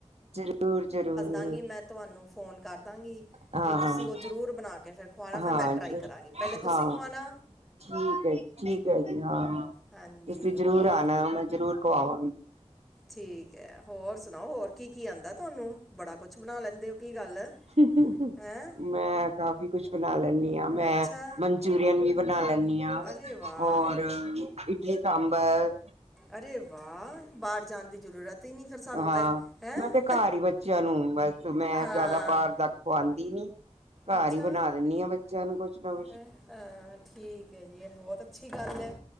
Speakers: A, on the right; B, in the centre.
A: ਜ਼ਰੂਰ ਜ਼ਰੂਰ।
B: ਦੱਸਾਂ ਗੀ ਮੈਂ ਤੁਹਾਨੂੰ। ਫ਼ੋਨ ਕਰ ਦਾਂਗੀ
A: ਹਾਂ
B: ਅਤੇ
A: ਹਾਂ
B: ਤੁਸੀਂ ਉਹ ਜ਼ਰੂਰ ਬਣਾ ਕੇ ਫਿਰ ਖੁਵਾਉਣਾ
A: ਹਾਂ
B: ਫਿਰ ਮੈਂ ਟਰਾਈ
A: ਜ
B: ਕਰਾਂਗੀ ਪਹਿਲੇ ਤੁਸੀਂ
A: ਹਾਂ
B: ਖੁਵਾਉਣਾ।
A: ਠੀਕ ਹੈ ਜੀ ਠੀਕ ਹੈ ਜੀ ਹਾਂ
B: ਹਾਂਜੀ
A: ਤੁਸੀਂ ਜਰੂਰ
B: ਹੋਰ
A: ਆਉਣਾ ਉਹ ਮੈਂ ਜ਼ਰੂਰ। ਖਵਾਂਗੀ।
B: ਠੀਕ ਹੈ। ਹੋਰ ਸੁਣਾਓ ਹੋਰ ਕੀ-ਕੀ ਆੰਦੈ ਤੁਆਨੂੰ,? ਬੜਾ ਕੁਛ ਬਣਾ ਲੈਂਦੇ ਹੋ ਕੀ ਗੱਲ।
A: ਹਹਹ
B: ਹੈਂ।
A: ਨਾ। ਕਾਫ਼ੀ ਕੁੱਛ ਬਣਾ ਲੈਂਣੀ ਆਂ। ਮੈਂ
B: ਅੱਛਾ
A: ਮਨਚੂਰੀਅਨ ਵੀ ਬਣਾ ਲੈਂਦੀ ਆਂ
B: ਅਰੇ ਵਾਹ
A: ਔਰ ਇਟਲੀ-ਸਾਂਬਰ।
B: ਅਰੇ ਵਾਹ, ਬਾਰ ਜਾਣ ਦੀ ਜ਼ਰੂਰਤ ਹੀ ਨਹੀਂ ਫਿਰ ਸਾਨੂੰ
A: ਹਾਂ,
B: ਤਾਂ ਹੈਂ
A: ਮੈਂ ਤੇ ਘੱਰ ਹੀ ਬੱਚਿਆਂ ਨੂੰ ਬਸ ਮੈਂ
B: ਹਾਂ
A: ਜੈਦਾ ਬਾਰ ਦਾ ਖੂਆੰਦੀ ਨੀ ਘੱਰ
B: ਅੱਛਾ
A: ਹੀ ਬਣਾ ਦੇਣੀ ਆਂ, ਬੱਚਿਆਂ ਨੂੰ ਕੁਛ ਨਾ ਕੁ
B: ਹੈਂ ਹਂ ਠੀਕ। ਤੇ ਯੇ ਬੌਤ ਅੱਛੀ ਗੱਲ ਏ,